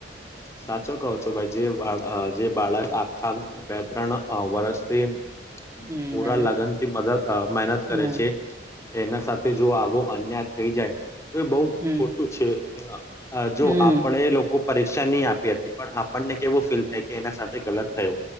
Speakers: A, on the left; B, on the right.
A: સાચો કહો છો ભાઈ જે જે બાળક આખા બે ત્રણ વર્ષથી.
B: હમ
A: પૂરા
B: મહેનત
A: લગ્ન થી મદદ મહેનત
B: હમ
A: કરે છે. એના સાથે જો આવો અન્યાય થઈ જાય. એ બહુ
B: હમ
A: ખોટું છે. હ <unintelligible> અ જો
B: હમ
A: આપણે લોકો. પરીક્ષા નહી આપ. આપી હતી પણ આપણને કેવું ફીલ થાય કે એના સાથે ગલત. થું